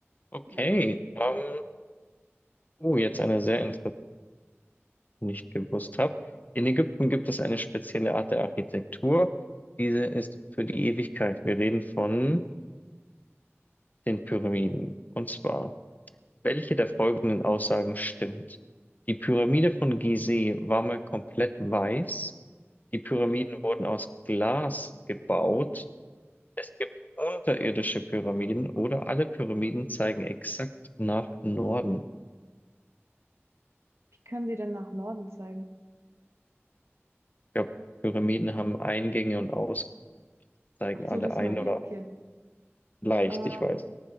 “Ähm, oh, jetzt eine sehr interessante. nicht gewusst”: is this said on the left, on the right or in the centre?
Left